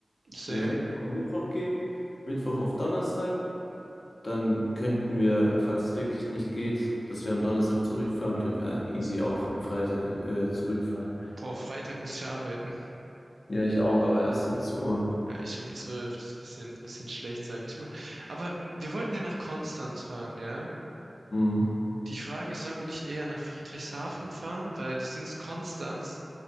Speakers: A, on the right; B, on the left.
A: Same.
B: Wenn wir nächste Woche Mittwoch gehen, Mittwoch auf Donnerstag, dann könnten wir, falls es wirklich nicht geht, dass wir am Donnerstag zurückfahren, könnten wir easy auch am Freitag äh, zurückfahren.
A: Boah, Freitag muss ich arbeiten.
B: Ja, ich auch, aber erst 17 Uhr.
A: Ja, ich um zwölf, das ist ein bisschen, bisschen schlecht, sage ich mal. Aber wir wollten ja nach Konstanz fahren, ja?
B: Mhm.
A: Die Frage ist, sollen wir nicht eher nach Friedrichshafen fahren? Weil das Ding ist, Konstanz,